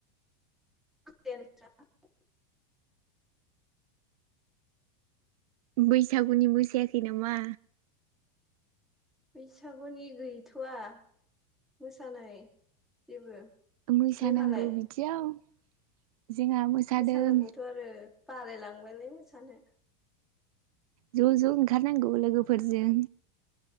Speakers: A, in the centre; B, on the right.
A: <unintelligible>
B: बैस सागुनि मोसायाखै नामा?
A: बैसागुनि गैथ'आ मोसानाय जेबो
B: मोसानांगौ
A: नोंहालाय
B: बिदियाव जोंहा मोसादों
A: मोसानांगौथ' आरो बालायलांबायलै मोसानो
B: ज' ज' ओंखारनांगौ लोगोफोरजों